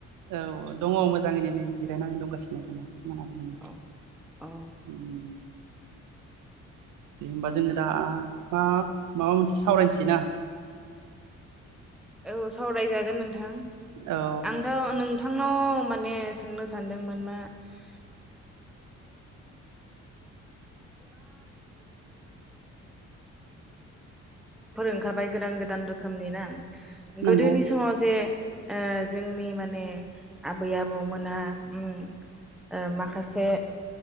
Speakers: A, on the right; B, in the centre.
A: औ दङ मोजाङैनो नै जिरायनानै दंगासिनो आरोना मोनाबिलिनि
B: अ अ
A: उम उम दे होमबा जोङो दा मा माबा मोनसे सावरायनसै ना
B: औ सावराय जा गोन नोंथां
A: औ
B: आंथाव नों नोंथांनाव माने सोंनो सानदों मैगंफोर ओंखारबाय गोदान गोदान दो रोखोमनि ना
A: नंगौ
B: गोदोनि समाव जे ओ जोंनि माने आबै आबौमोनहा उम ओ माखासे